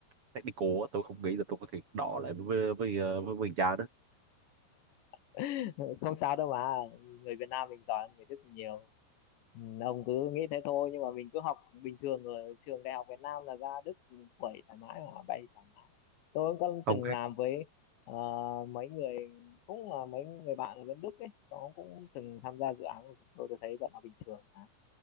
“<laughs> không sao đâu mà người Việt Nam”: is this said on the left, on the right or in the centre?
Left